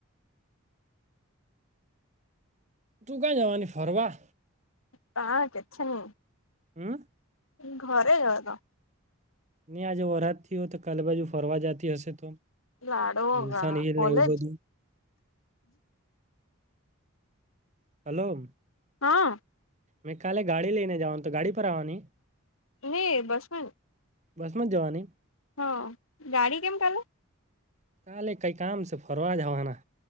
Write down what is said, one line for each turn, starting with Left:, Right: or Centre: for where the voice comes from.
Right: તું ક્યાં જવાની ફરવા.
Left: હા કેચ ન <inaudible>
Right: હમ.
Left: ઘરે જ તો.
Right: નહી આજે વરસાદ થી હોય તો કાલે બાજુ ફરવા જતી હશે તો.
Left: લાડો
Right: હિલસન
Left: હ
Right: હિલ
Left: કોલેજ.
Right: ને એવું બધું હલો.
Left: હા.
Right: મે કાલે ગાડી લઈને જવાનો, તું ગાડી પર આવવાની.
Left: નય બસ માં જઈશ.
Right: બસમાં જ જવાની.
Left: હ ગાડી કેમ કાલે.
Right: કાલે કઈ કામ છે ફરવા જવાના